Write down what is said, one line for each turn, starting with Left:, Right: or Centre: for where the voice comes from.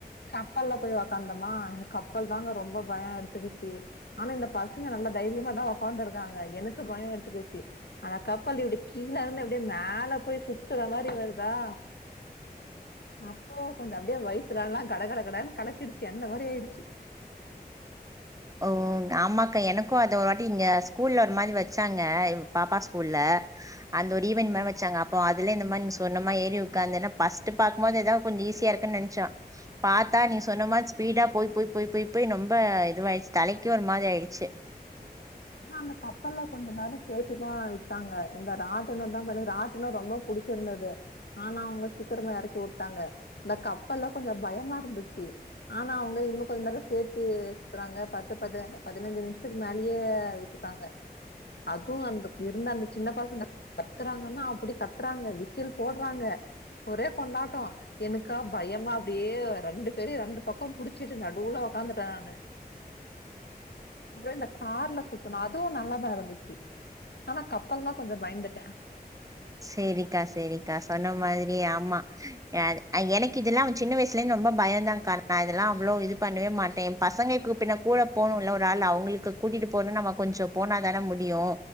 Left: கப்பல்ல போய் ஒக்காந்தோமா கப்பல் தாங்க ரொம்ப பயொ எடுத்துக்கிச்சு ஆனா இந்த பசங்க நல்லவ் தைரியமா தா ஒக்காந்துருந்தாங்க எனக்கு பயொ எடுத்துக்கிச்சி அந்த கப்பல் இப்டி கீழருந்து அப்டியே மேல போய் சுத்துற மாரி வருதா அப்போ கொஞ்ச் அப்டியே வயித்தலல்லா கட கட கடன் கலக்கிடுச்சி அந்த மாரி ஆய்டுச்சி
Right: ஓன் ஆமாக்கா எனக்கு அது ஒரு வாட்டி இங்கஸ் கூல்லர் மாரி வச்சாங்க இவ் பாப்பா ஸ்கூல்ல அந்த ஒரு ஈவென் மார் வெச்சாங்கப் போ அதுலே இந்த மான் நீ சொன்னமா ஏறி உக்காந்தேனா பஸ்ட்டு பாக்குமோது எதொ கொஞ்ச் ஈஸியா இருக்குன் நென்ச்சோ பாத்தா நீ சொன்ன மாத் ஸ்பீடா போய் போய் போய் போய் போய் ரொம்ப இதுவாய்ச் தலைக்கே ஒரு மாதி ஆய்டுச்சு
Left: ஆனா அந்த கப்பல்ல கொஞ்ச நேரு சேத்திதா விட்டாங்க இந்த ராட்டனு தா பலு ராட்டினு ரொம்பவ் புடிச்சிர்ந்தது ஆனா அவ்ங்க சீக்கிரமா எறக்கி வுட்டாங்க ந்த கப்பல்லா கொஞ்சொ பயமா இருந்துச்சி ஆனா அவுங்க இன்னு கொஞ்ச நேரு சேத்தி சுத்றாங்க பத்து பதெ பதினஞ்சு நிம்ஷத்துக்கு மேலியே கை வச்சுட்டாங்க அது அந்த இருந்த அந்த சின்ன பசங்க கத்துறாங்கன்னா அப்படி கத்துறாங்க விசில் போட்றாங்க ஒரே கொண்டாட்டோ எனக்கா பயமா அப்டியே ரெண்டு பேரயு ரெண்டு பக்கோ புடிச்சிட்டு நடுவ்ல ஒக்காந்துட்டே நானு அப்றோ இந்த கார்ல சுத்தணோ அதூ நல்லதா இருந்துச்சி ஆனா கப்பல்லா கொஞ்சு பயந்தே த
Right: செரிக்கா செரிக்கா சொன்ன மாத்ரியே ஆமா ஏனு அ எனக் இதெல்லாவ் சின்ன வய்சுலே ரொம்ப பயன்தாங் கன் கா இதெல்லா அவ்ளோ இது பண்ணவே மாட்டே பசங்கெக்கு பின்ன கூல போனுல்ல ஒரு ஆள் அவ்ங்ளுக்கு கூட்டிட்டு போனு நம்ம கொஞ்சு போனா தானே முடியு